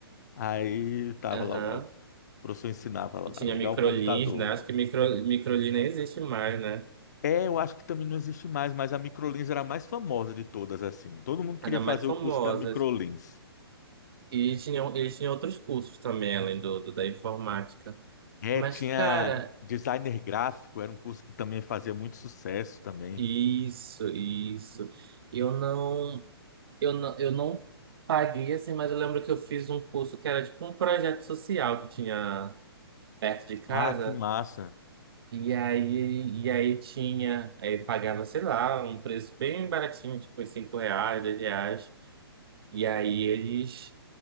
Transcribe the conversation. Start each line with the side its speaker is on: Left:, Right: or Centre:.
Left: Aí tava
Right: Aham.
Left: lá, o professor ensinava lá,
Right: E tinha
Left: ligar
Right: microlins,
Left: o computador.
Right: né? Acho que micro, microlin nem existe mais, né?
Left: É, eu acho que também não existe mais, mas a Microlins era a mais famosa de todas, assim. Todo mundo queria
Right: Ainda
Left: fazer
Right: mais
Left: o
Right: famosas.
Left: curso da Microlins.
Right: E tinham, eles tinham outros cursos também, além do, do da informática.
Left: É,
Right: Mas,
Left: tinha
Right: cara,
Left: designer gráfico, era um curso que também fazia muito sucesso também.
Right: Isso, isso. Eu não, eu não, eu não paguei assim, mas eu lembro que eu fiz um curso que era tipo um projeto social que tinha perto de casa.
Left: Ah, que massa.
Right: E aí, e aí tinha, aí pagava, sei lá, um preço bem baratinho, tipo uns 5 reais, 10 reais. E aí eles